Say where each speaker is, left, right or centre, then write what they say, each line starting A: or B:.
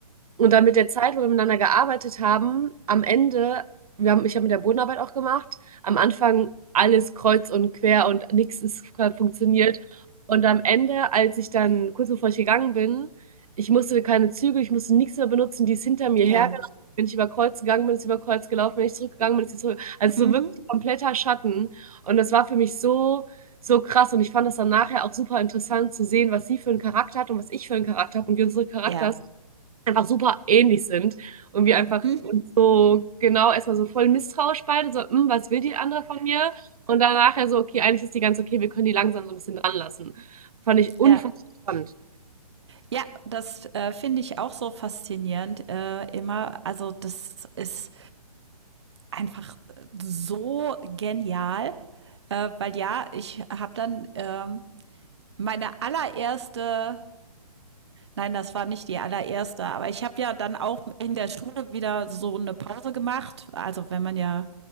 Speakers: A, on the right (about 70°); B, on the right (about 45°).
A: Und dann mit der Zeit, wo wir miteinander gearbeitet haben, am Ende, wir haben, ich habe mit der Bodenarbeit auch gemacht, am Anfang alles kreuz und quer und nichts ist funktioniert. Und am Ende, als ich dann, kurz bevor ich gegangen bin, ich musste keine Züge, ich musste nichts mehr benutzen, die ist hinter mir
B: Ja.
A: hergelaufen. Wenn ich über Kreuz gegangen bin, ist sie über Kreuz gelaufen. Wenn ich zurückgegangen bin, ist sie zurück. Also
B: Mhm.
A: so wirklich kompletter Schatten. Und das war für mich so so krass. Und ich fand das dann nachher auch super interessant zu sehen, was sie für einen Charakter hat und was ich für einen Charakter habe und wie unsere Charakters
B: Ja.
A: einfach super ähnlich sind und wir einfach
B: Mhm.
A: uns so genau erstmal so voll misstrauisch beide, so, "Hm, was will die andere von mir? Und dann nachher so, okay, eigentlich ist die ganz okay, wir können die langsam so ein bisschen dran lassen. Fand ich unfassbar
B: Ja.
A: spannend.
B: Ja, das äh, finde ich auch so faszinierend äh, immer. Also das ist einfach so genial, äh, weil ja, ich habe dann ähm, meine allererste Nein, das war nicht die allererste, aber ich habe ja dann auch in der Schule wieder so eine Pause gemacht. Also wenn man ja